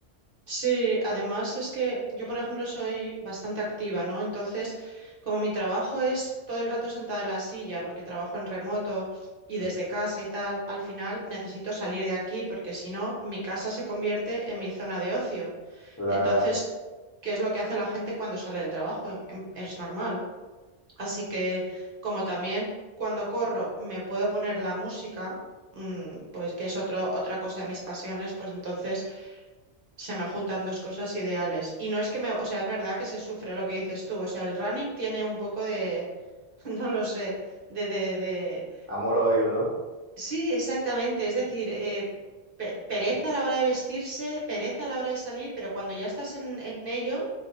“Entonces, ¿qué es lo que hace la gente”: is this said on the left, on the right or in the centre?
Right